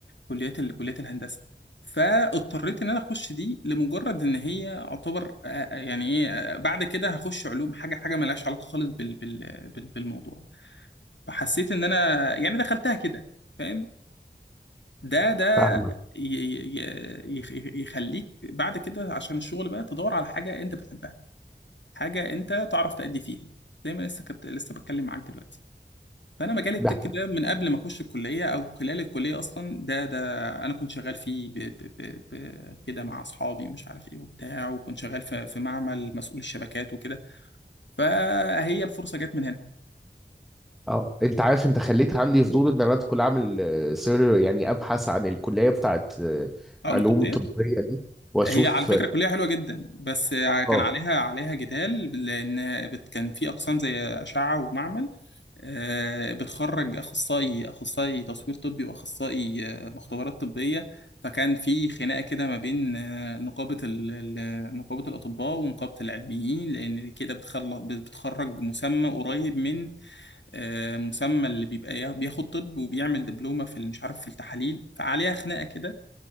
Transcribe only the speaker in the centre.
فاهمك
ده
اه انت عارف انت خليت عندي فضول ان انا ادخل اعمل آه، سير يعني ابحث عن الكليه بتاعت آه،
علوم
طبيه دي واشوف
اه